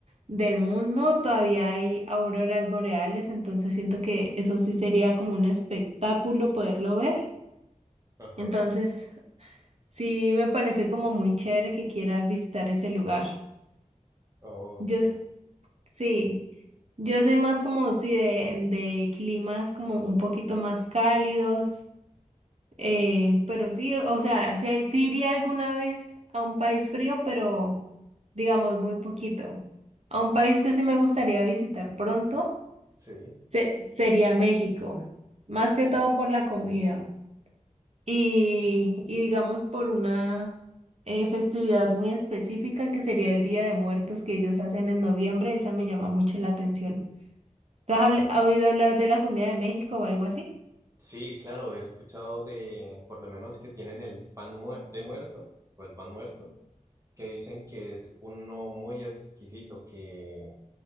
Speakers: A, on the right (about 55°); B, on the right (about 25°).
A: del mundo todavía hay auroras boreales, entonces siento que eso sí sería como un espectáculo poderlo ver.
B: Ajá.
A: Entonces sí me parece como muy chévere que quieras visitar ese lugar.
B: Oh,
A: Yo Sí, yo soy más como sí de, de climas como un poquito más cálidos, eh, pero sí, o sea, sí, hay- sí iría alguna vez a un país frío, pero digamos muy poquito. A un país que sí me gustaría visitar pronto
B: sí.
A: se- sería México, más que todo por la comida y, y digamos por una eh, festividad muy específica que sería el Día de Muertos que ellos hacen en noviembre, esa me llama mucho la atención. ¿Tú has habl- has oído hablar de la comida de México o algo así?
B: Sí, claro, he escuchado de, por lo menos que tienen el pan muer- de muerto o el pan muerto, que dicen que es uno muy exquisito, que